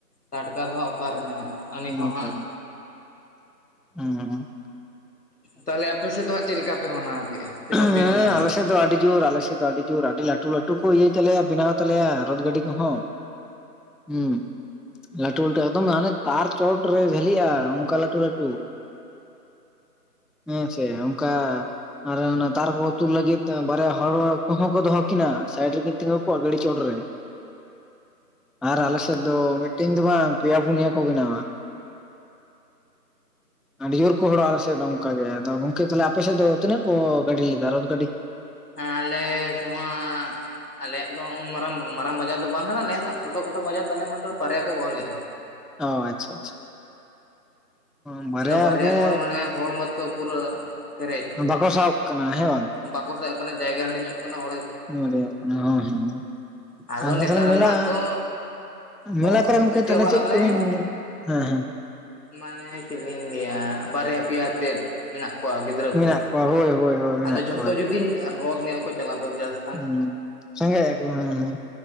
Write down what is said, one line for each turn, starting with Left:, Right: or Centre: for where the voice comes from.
Left: ᱴᱟᱴᱠᱟ ᱫᱚ ᱚᱠᱟᱨᱮ ᱦᱟᱸᱜ ᱟᱞᱤᱧ
Centre: ᱤᱱᱟᱹ
Left: ᱦᱚᱸ ᱦᱟᱸᱜ
Centre: ᱠᱟᱨᱚᱱ ᱦᱩᱸ
Left: ᱛᱟᱦᱚᱞᱮ ᱟᱯᱮ ᱥᱮᱫ ᱫᱚ ᱦᱟᱸᱜ ᱪᱮᱫ ᱞᱮᱠᱟ ᱯᱮ ᱢᱟᱱᱟᱣ ᱠᱮᱫᱼᱟ? ᱥᱮ ᱵᱟᱯᱮ
Centre: ᱦᱮᱸ
Left: ᱢᱟᱱᱟᱣ ᱞᱮᱫᱼᱟ
Centre: ᱟᱞᱮ ᱥᱮᱫ ᱫᱚ ᱟᱹᱰᱤ ᱡᱳᱨ ᱟᱞᱮ ᱥᱮᱫ ᱫᱚ ᱟᱹᱰᱤ ᱡᱳᱨ, ᱟᱹᱰᱤ ᱞᱟᱹᱴᱩ ᱞᱟᱹᱴᱩ ᱠᱚ ᱤᱭᱟᱹᱭ ᱛᱟᱞᱮᱭᱟ ᱵᱮᱱᱟᱣ ᱛᱟᱞᱮᱭᱟ, ᱨᱚᱛ ᱜᱟᱹᱰᱤ ᱠᱚᱦᱚᱸ ᱦᱩᱸ ᱞᱟᱹᱴᱩ ᱞᱟᱹᱴᱩ ᱮᱠᱫᱚᱢ ᱦᱟᱱᱮ ᱛᱟᱨ ᱪᱚᱴᱨᱮ ᱡᱷᱟᱹᱞᱤᱜᱼᱟ᱾ᱚᱱᱠᱟ ᱞᱟᱹᱴᱩ ᱞᱟᱹᱴᱩ ᱦᱮᱸ ᱥᱮ ᱚᱱᱠᱟ ᱟᱨ ᱚᱱᱟ ᱛᱟᱨ ᱠᱚ ᱛᱩᱞ ᱞᱟᱹᱜᱤᱫ ᱛᱮ ᱵᱟᱨᱭᱟ ᱦᱚᱲ ᱠᱚᱦᱚᱸ ᱠᱚ ᱫᱚᱦᱚ ᱠᱤᱱᱟ ᱥᱟᱭᱤᱴ ᱨᱮᱠᱤᱱ ᱛᱤᱸᱜᱩ ᱠᱚᱜᱼᱟ, ᱜᱟᱹᱰᱤ ᱪᱚᱴ ᱨᱮ <inaudible> ᱟᱨ ᱟᱞᱮ ᱥᱮᱫ ᱫᱚ ᱢᱤᱫᱴᱮᱱ ᱫᱚ ᱵᱟᱝ ᱯᱮᱭᱟ ᱯᱩᱱᱭᱟᱹ ᱠᱚ ᱵᱮᱱᱟᱣᱟ᱾ ᱟᱹᱰᱤ ᱡᱳᱨ ᱠᱚ ᱦᱚᱲᱚᱼᱟ᱾ᱟᱯᱮ ᱥᱮᱫ ᱱᱚᱝᱠᱟ ᱜᱮ᱾ᱟᱫᱚ ᱜᱚᱝᱠᱮ ᱛᱟᱦᱮ ᱟᱯᱮ ᱥᱮᱫ ᱫᱚ? ᱛᱤᱱᱟᱹᱜ ᱠᱚ ᱜᱟᱹᱰᱤ ᱞᱤᱫᱟ ᱨᱚᱛ ᱜᱟᱹᱰᱤ
Left: ᱟᱞᱮ ᱫᱚ ᱦᱟᱸᱜ ᱟᱞᱮᱭᱟᱜ ᱫᱚ ᱢᱟᱨᱟᱝ ᱢᱟᱨᱟᱝ ᱵᱟᱡᱟᱨ ᱫᱚ ᱵᱟᱝ ᱠᱟᱱᱟ ᱟᱞᱮᱭᱟᱜ ᱫᱚ ᱪᱷᱳᱴᱳ ᱠᱷᱟᱴᱳ ᱵᱟᱡᱟᱨ ᱛᱟᱞᱮ ᱢᱟᱛᱨᱚ ᱵᱟᱨᱭᱟ ᱠᱚ ᱜᱚᱦᱚᱨ ᱞᱮᱫᱼᱟ᱾
Centre: ᱚ ᱟᱪᱪᱷᱟ ᱟᱪᱪᱷᱟ ᱚᱻᱵᱟᱨᱭᱟ
Left: ᱟᱫᱚ ᱵᱟᱨᱭᱟ
Centre: ᱨᱮᱜᱮ
Left: ᱜᱚᱲ ᱢᱟᱱᱮ ᱦᱚᱲ ᱢᱟᱛᱚ ᱯᱩᱨᱟᱹ ᱯᱮᱨᱮᱡ
Centre: ᱵᱟᱠᱚ ᱥᱟᱦᱟᱵ ᱠᱟᱱᱟ ᱦᱮᱸ ᱵᱟᱝ
Left: ᱵᱟᱠᱚ ᱥᱚᱦᱚᱜ ᱠᱟᱱᱟ ᱡᱟᱭᱜᱟ ᱦᱩᱲᱤᱧᱚᱜ ᱠᱟᱱᱟ ᱦᱟᱲ
Centre: <inaudible> ᱠᱟᱱᱟ ᱦᱚᱸ ᱦᱮᱸ
Left: ᱟᱫᱚ
Centre: <unintelligible>
Left: ᱱᱮᱛᱟᱨ
Centre: ᱢᱮᱞᱟᱻ
Left: ᱢᱟᱛᱚ ᱚ
Centre: ᱢᱮᱞᱟ ᱠᱚᱨᱮ ᱜᱚᱢᱠᱮ
Left: ᱢᱤᱫᱴᱮᱡ
Centre: ᱛᱟᱦᱚᱞᱮ
Left: ᱚᱲᱟᱜ
Centre: ᱪᱮᱫ
Left: ᱨᱮ
Centre: ᱠᱚᱵᱤᱱ ᱧᱮᱞᱟ? ᱦᱮᱸ ᱦᱮᱸ
Left: ᱢᱟᱱᱮ ᱪᱮᱫ ᱞᱤᱧ ᱞᱟᱹᱭᱟ ᱵᱟᱨᱭᱟ ᱯᱮᱭᱟᱛᱮᱫ ᱢᱮᱱᱟᱜ ᱠᱚᱣᱟ ᱜᱤᱫᱽᱨᱟᱹ
Centre: ᱢᱮᱱᱟᱜ
Left: ᱠᱚ,
Centre: ᱠᱚᱣᱟ ᱦᱳᱭ ᱦᱳᱭ ᱦᱳᱭ ᱢᱮᱱᱟᱜ
Left: ᱟᱫᱚ ᱡᱷᱚᱛᱚ
Centre: ᱠᱚᱣᱟ
Left: ᱡᱩᱫᱤ ᱨᱚᱛ ᱧᱮᱞ ᱠᱚ ᱪᱟᱞᱟᱜ ᱫᱚ ᱡᱟᱥ
Centre: <unintelligible> ᱦᱮᱸ